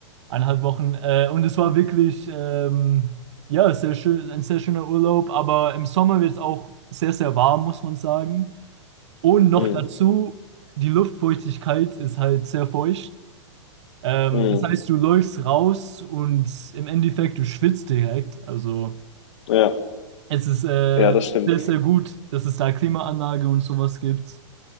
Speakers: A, on the right (about 65°); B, on the left (about 70°).
A: eineinhalb Wochen. Äh, und es war wirklich ähm, ja, sehr schön, ein sehr schöner Urlaub. Aber im Sommer wird es auch sehr, sehr warm, muss man sagen. Und noch
B: Mhm.
A: dazu, die Luftfeuchtigkeit ist halt sehr feucht. Ähm,
B: Mhm.
A: das heißt, du läufst raus und im Endeffekt, du schwitzt direkt. Also.
B: Ja,
A: Es ist äh,
B: ja, das stimmt.
A: sehr, sehr gut, dass es da Klimaanlage und sowas gibt.